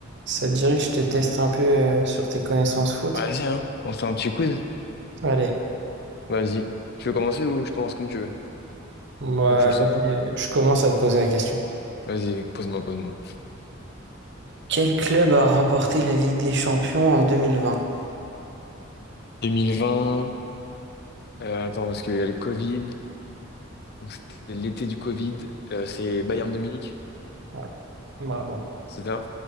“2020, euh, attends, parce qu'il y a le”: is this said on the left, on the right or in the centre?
Left